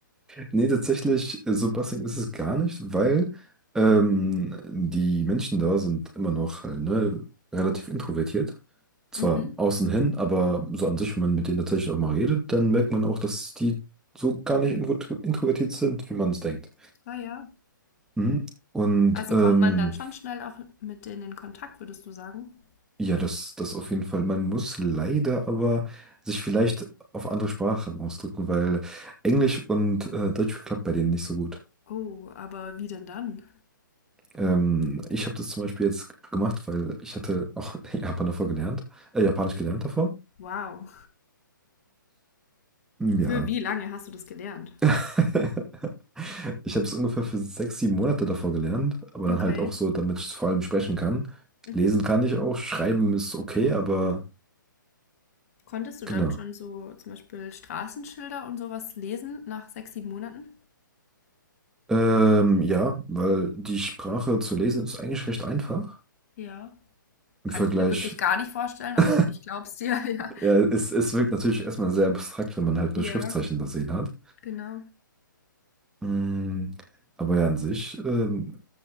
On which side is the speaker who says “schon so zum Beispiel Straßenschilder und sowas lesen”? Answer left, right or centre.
Left